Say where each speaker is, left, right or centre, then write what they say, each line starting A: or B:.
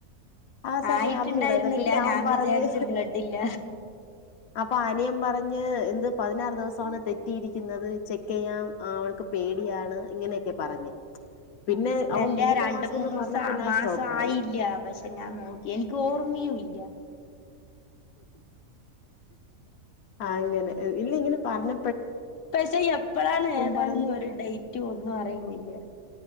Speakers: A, on the left; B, on the left.
A: ആ സമയം
B: ആയിട്ടുണ്ടായിരുന്നില്ല
A: അറിഞ്ഞൂടാരുന്നോ പിന്നെ അവൻ
B: ഞാൻ
A: പറഞ്ഞ്
B: വിചാരിച്ച് ബ്ലഡ് ഇല്ല
A: അപ്പം അനിയൻ പറഞ്ഞ് എന്ത് പതിനാറ് ദിവസവാണ് തെറ്റിയിരിക്കുന്നത് ചെക്ക് ചെയ്യാം അവൾക്ക് പേടിയാണ് ഇങ്ങനെയൊക്കെ പറഞ്ഞ് പിന്നെ അവൻ
B: അല്ല
A: മൂന്ന്
B: രണ്ട്
A: മാസംന്ന്
B: മൂന്ന്
A: പറഞ്ഞപ്പോ
B: ദിവസം
A: ഞാൻ
B: മാസം
A: ഷോക്കായി
B: ആയില്ല പക്ഷെ ഞാൻ നോക്കി എനിക്ക് ഓർമയയും ഇല്ല
A: ആ അങ്ങനെ ഇല്ല ഇങ്ങനെ പറഞ്ഞ
B: പക്ഷെ എപ്പഴാണ് ഏതാണെന്ന്
A: പറഞ്ഞ്
B: ഒരു ഡെയ്റ്റ് ഒന്നും അറിയൂല